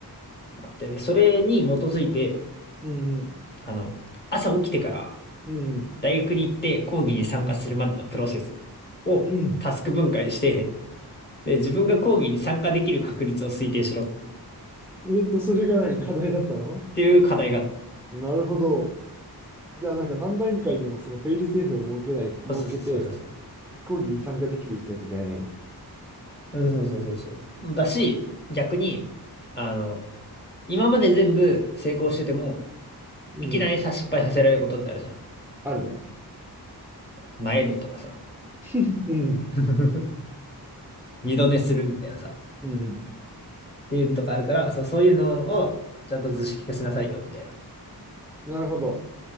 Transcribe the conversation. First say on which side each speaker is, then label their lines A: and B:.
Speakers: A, on the left; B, in the centre.
A: あって、でそれに基づいて、
B: うん、
A: あの、朝起きてから
B: うん、
A: 大学に行って講義に参加するまでのプロセスをタスク分解して、
B: うん。
A: で、自分が講義に参加できる確率を推定しろっ
B: えっと、それが何課題だったの
A: ていう課題があっ
B: なるほど。じゃあ、なんか何段階にもそのフェイルセーフを設けない、設けて、
A: た。そうそうそうそうそう。
B: 講義に参加できるようにしなきゃいけないね。
A: うんそうそうそうそう。だし、逆に、あの、今まで全部成功してても、
B: うん、
A: いきなりさ、失敗させられることってあるじゃん。
B: あるね。
A: なえるとかさ、
B: うん、
A: <laughs> 二度寝するみたいなさ、
B: うん。
A: っていうのとかあるから、そう、そういうのをちゃんと図式化しなさいよ、みたいな。っ
B: なるほど。